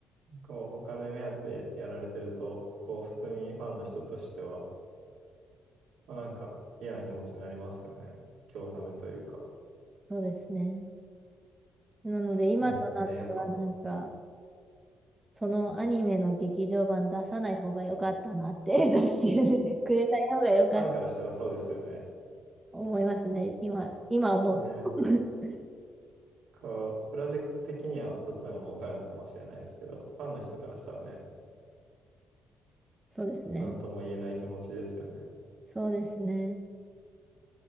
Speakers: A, on the right; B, on the right.
A: こう、お金目当てでやられてると、こう、普通にファンの人としては、まあ、なんか嫌な気持ちになりますよね。興ざめというか。
B: そうですね。なので今となってはなんか、
A: うんね、やっぱ、<laughs>
B: そのアニメの劇場版出さない方が良かったなって、<laughs> 出してくれない方が良かった、
A: ファンからしたらそうですよね。
B: と思いますね。今、今思うと。
A: ね、
B: <laughs>
A: こう、プロジェクト的にはそっちの方が儲かるのかもしれないですけど、ファンの人からしたらね、
B: そうですね。
A: なんとも言えない気持ちですよね。なんか
B: そうですね。